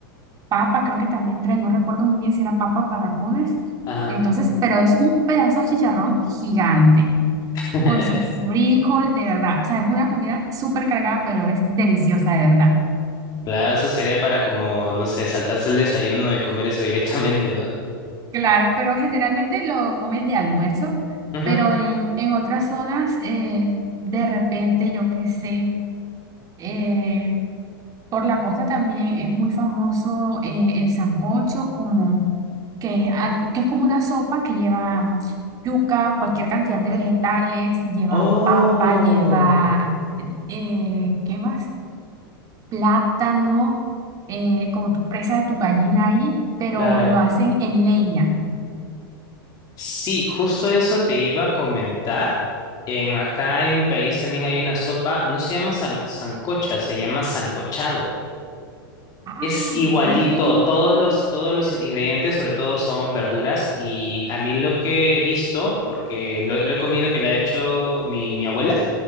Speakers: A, on the right; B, on the left.
A: papa, creo que también trae, no recuerdo muy bien si era papa o patacones.
B: ajá.
A: Entonces, pero es un pedazo de chicharrón gigante,
B: <laughs>
A: con su frijol, de verdad. O sea, es una comida súper cargada, pero es deliciosa, de verdad.
B: Claro, eso sería para como, no sé, saltarse el desayuno y comer eso <laughs> directamente, ¿no?
A: Claro, pero generalmente lo comen de almuerzo,
B: Ujú.
A: pero en, en otras zonas, eh, de repente, yo qué sé, eh, por la costa también es muy famoso eh, el sancocho como que es algo, que es como una sopa que lleva yuca, cualquier cantidad de vegetales, lleva
B: Oh,
A: papa, lleva, eh, ¿qué más? Plátano, eh, como tu presa de tu gallina ahí, pero
B: claro.
A: lo hacen en leña.
B: Sí, justo eso te iba a comentar. En acá en mi país también hay una sopa, no se llama san- sancocha, se llama sancochado.
A: Ah,
B: Es igualito,
A: ok.
B: todos los, todos los ingredientes, sobre todo son verduras, y a mí lo que he visto, porque lo, lo he comido que le ha hecho mi, mi abuela,